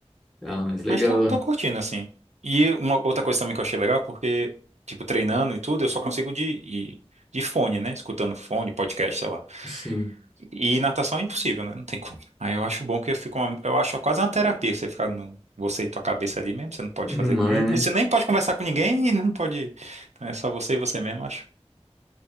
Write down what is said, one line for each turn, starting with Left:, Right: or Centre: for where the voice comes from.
Centre: Ah, mas legal.
Right: Mas tô, tô curtindo, assim. E uma outra coisa também que eu achei legal, porque, tipo, treinando e tudo, eu só consigo de, de, de fone, né? Escutando fone, podcast, sei lá.
Centre: Sim.
Right: E natação é impossível, né? Não tem como. Aí eu acho bom que eu fico uma- eu acho quase uma terapia você ficar no você e tua cabeça ali mesmo, você não pode
Centre: No
Right: fazer,
Centre: mar,
Right: não-
Centre: né?
Right: você nem pode conversar com ninguém e não pode, então é só você e você mesmo, acho.